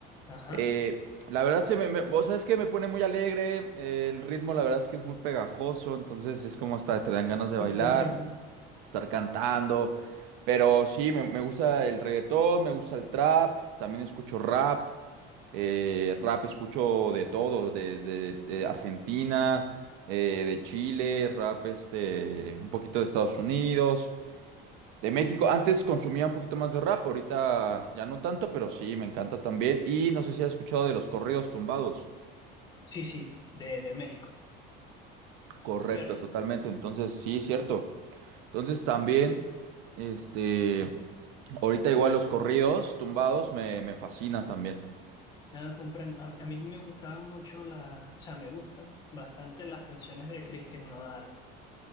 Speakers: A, on the left (about 20°); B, on the right (about 75°).
A: Ajá.
B: Eh, la verdad, se me, me- o sea, es que me pone muy alegre. eh, el ritmo, la verdad, es que es muy pegajoso. Entonces, es como hasta te dan ganas de bailar,
A: <laughs>
B: estar cantando. Pero sí, me, me gusta el reggaetón, me gusta el trap. También escucho rap. eh, rap escucho de todo, desde eh, Argentina, eh, de Chile, rap este, un poquito de Estados Unidos. De México, antes consumía un poquito más de rap, ahorita ya no tanto, pero sí, me encanta también. Y no sé si has escuchado de los corridos tumbados.
A: Sí, sí, de, de México,
B: Correcto,
A: ¿cierto?
B: totalmente. Entonces, sí, cierto. Entonces también, este, ahorita igual los corridos tumbados me, me fascinan también.
A: No, comprendo. A mí, a mí me gustaban mucho las, o sea, me gustan bastante las canciones de Christian Nodal.